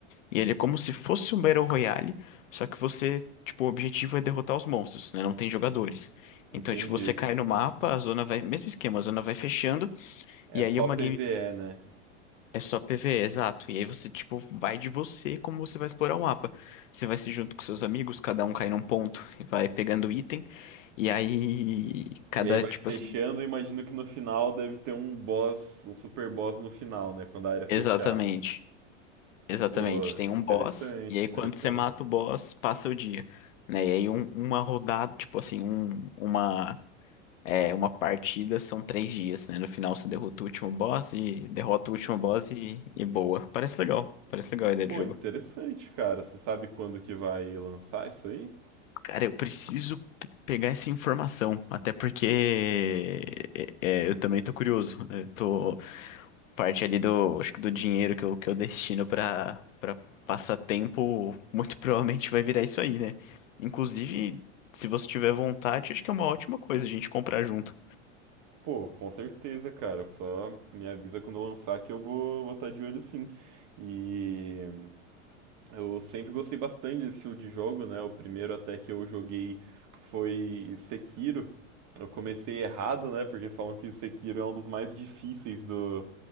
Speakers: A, on the left (about 80°); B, on the right (about 50°).
A: e ele é como se fosse um Battle Royale, só que você, tipo, o objetivo é derrotar os monstros, né? Não tem jogadores.
B: Entendi.
A: Então, tipo, você cai no mapa, a zona vai. Mesmo esquema, a zona vai fechando,
B: É
A: e aí
B: só
A: uma
B: PvE, né?
A: é só PvE, exato. E aí você, tipo, vai de você como você vai explorar o mapa. Você vai se junto com seus amigos, cada um cai num ponto e vai pegando item. E aí, cada,
B: E aí vai
A: tipo
B: fechando,
A: assim.
B: eu imagino que no final deve ter um boss, um super boss no final, né? Quando a área fechar.
A: Exatamente. Exatamente.
B: Pô,
A: Tem um
B: interessante,
A: boss, e aí
B: interessante.
A: quando você mata o boss, passa o dia. Né? E aí, um- uma rodada, tipo assim, um, uma, é, uma partida são três dias, né? No final você derrota o último boss e derrota o último boss e, e boa. Parece legal. Parece legal a ideia
B: Pô,
A: de jogo.
B: interessante, cara. Você sabe quando que vai lançar isso aí?
A: Cara, eu preciso pe- pegar essa informação, até porque é, é, eu também tô curioso. Eu tô parte ali do, acho que do dinheiro que eu, que eu destino pra para passatempo, muito provavelmente vai virar isso aí, né? Inclusive, se você tiver vontade, acho que é uma ótima coisa a gente comprar junto.
B: Pô, com certeza, cara. Só me avisa quando eu lançar que eu vou vou estar de olho sim. E eu sempre gostei bastante desse estilo de jogo, né? O primeiro até que eu joguei foi Sekiro. Eu comecei errado, né? Porque falam que Sekiro é um dos mais difíceis do,